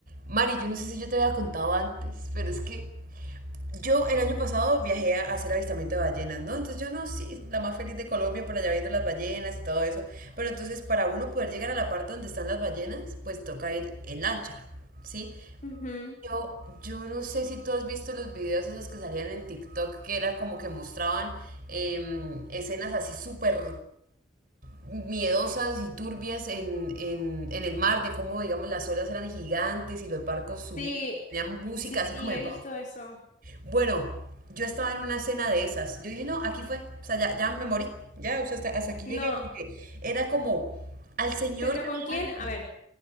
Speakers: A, on the right; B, on the left.
A: Mari, yo no sé si yo te había contado antes, pero es que Yo el año pasado viajé a hacer avistamiento de ballenas, ¿no? Entonces yo no, sí, la más feliz de Colombia por allá viendo las ballenas y todo eso. Pero entonces para uno poder llegar a la parte donde están las ballenas, pues toca ir en lancha, ¿sí?
B: Ujú.
A: yo, yo no sé si tú has visto los videos esos que salían en TikTok que era como que mostraban em, escenas así súper miedosas y turbias en, en, en el mar, de cómo, digamos, las olas eran gigantes y los barcos subían,
B: Sí,
A: tenían música
B: sí,
A: así
B: sí,
A: como de...
B: he visto eso.
A: Bueno, yo estaba en una cena de esas. Yo dije, no, aquí fue, o sea, ya, ya me morí, ya, o sea, hasta, hasta aquí
B: No,
A: llegué, porque era como al señor
B: pero
A: de
B: ¿con quién?
A: la lancha,
B: A ver,